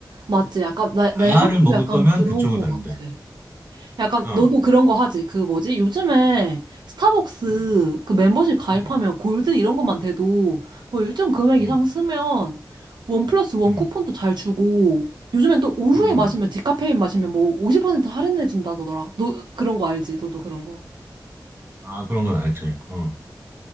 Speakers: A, on the right; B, on the right.
A: 맞지? 약간, 나, 내
B: 아를
A: 생각도
B: 먹을
A: 약간
B: 거면
A: 그런
B: 그쪽을
A: 거
B: 가는데.
A: 같아. 약간,
B: 어.
A: 너도 그런 거 하지? 그 뭐지? 요즘에 스타벅스
B: 음,
A: 그 멤버십 가입하면
B: 음,
A: 골드 이런 것만 돼도 뭐 일정 금액
B: 음,
A: 이상 쓰면 원 플러스 원
B: 음,
A: 쿠폰도 잘 주고 요즘엔 또 오후에
B: 음. 음. 음.
A: 마시면 디카페인 마시면 뭐 50% 할인해준다더라. 너 그런 거 알지? 너도 그런 거.
B: 아 그런 건 알지. 어.